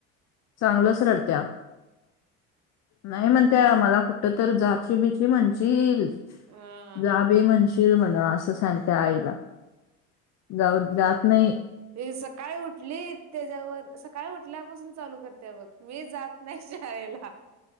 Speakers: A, on the left (about 50°); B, on the right (about 55°).
A: चांगलच रडत्या. नाही म्हणताय त्या मला कुठ तर जाची बिची म्हणशील.
B: अ
A: जा बी म्हणशील मला असं. सांगते आईला
B: अ
A: जाऊ जात नाही.
B: वे सकाळी उठली तेच्यावर सकाळी उठल्यापासून चालू करते बघ मी जात नाही शाळेला